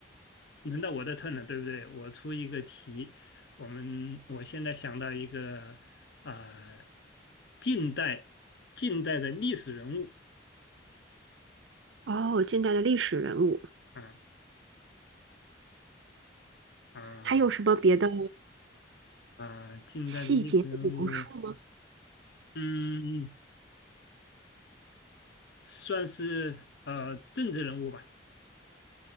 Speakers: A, on the left; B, on the right.
A: 轮到我的 turn 了，对不对？我出一个题，我们我现在想到一个呃，近代近代的历史人物
B: 哦，近代的历史人物，
A: 啊啊
B: 还有什么别的
A: 啊，近代的历史人物，
B: 细节的描述吗？
A: 嗯，算是呃政治人物吧，